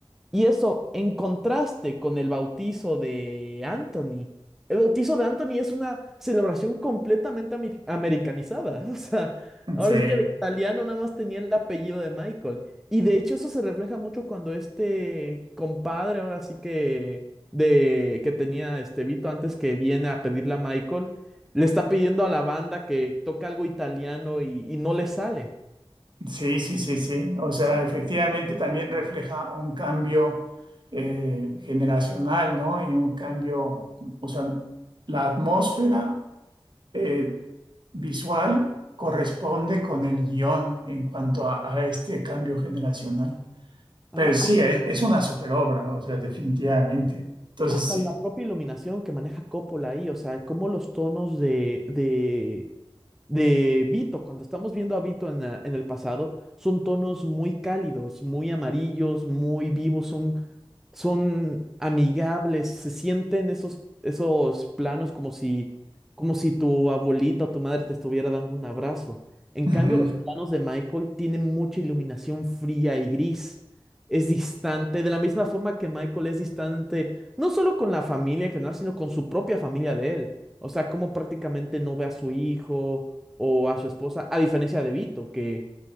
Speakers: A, in the centre; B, on the right.
A: Y eso en contraste con el bautizo de Anthony. El bautizo de Anthony es una celebración completamente ami- americanizada. <laughs> O sea, ahora
B: Sí.
A: sí que de italiano nada más tenía el apellido de Michael. Y de hecho eso se refleja mucho cuando este compadre, ahora sí que de que tenía este Vito antes que viene a pedirle a Michael, le está pidiendo a la banda que toque algo italiano y, y no le sale.
B: Sí, sí, sí, sí. O sea,
A: Sí.
B: efectivamente también refleja un cambio eh, generacional, ¿no? Y un cambio, o sea, la atmósfera eh, visual corresponde con el guión en cuanto a, a este cambio generacional.
A: Ajá,
B: Pero sí, es, es una superobra, ¿no? O sea, definitivamente. Entonces,
A: Hasta
B: sí.
A: la propia iluminación que maneja Coppola ahí, o sea, como los tonos de, de, de Vito, cuando estamos viendo a Vito en, la- en el pasado, son tonos muy cálidos, muy amarillos, muy vivos, son, son amigables, se sienten esos, esos planos como si, como si tu abuelita o tu madre te estuviera dando un abrazo. En
B: Ujú.
A: cambio, los planos de Michael tienen mucha iluminación fría y gris. Es distante, de la misma forma que Michael es distante no solo con la familia en general, sino con su propia familia de él. O sea, como prácticamente no ve a su hijo o a su esposa, a diferencia de Vito, que,